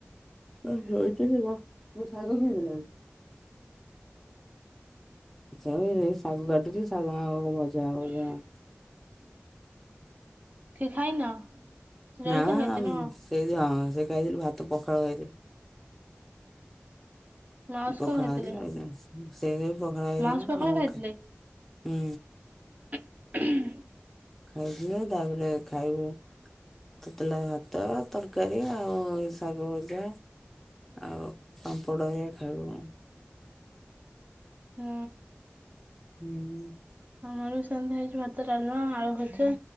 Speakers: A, in the centre; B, on the right.
A: ଓହ ଶୋଇଚି <unintelligible> ଶାଗ କିଏ ଦେଲାନି? ସେ ଶାଗ କାଟୁଛି ଶାଗ ମାଗ କଣ ଭଜା
B: <inaudible>
A: ହବ ବୋଧେ ଆଉ।
B: କେହି ଖାଇନ? ଜଳଖିଆ
A: ନା
B: ଖାଇଛ ନା କଣ
A: ସେଇଟି ହଁ ସେ ଖାଇଥିଲୁ ଭାତ ପଖାଳ ଖାଇଥିଲୁ।
B: ମାଉସ
A: ପଖାଳ
B: କଣ ଖାଇଥିଲେ
A: ହେଇଥିଲା। <unintelligible> ପଖାଳ ହେଇଗଲା
B: ମାଉସ ପଖାଳ
A: ମୁଁ
B: ଖାଇଥିଲେ
A: ହୁଁ।
B: <inaudible>
A: ଖାଇଥିଲୁ ତାପରେ ଖାଇବୁ ତତଲା ଭାତ, ତରକାରୀ ଆଉ ଶାଗ ଭଜା ଆଉ ପାମ୍ପଡ଼ ହେରିକା ଖାଇବୁ ଆଉ।
B: ହୁଁ।
A: ହୁଁ।
B: ଆମର ବି ସେମିତି ହେଇଛି ଭାତ ଡ଼ାଲମା ଆଳୁ ଭଜା।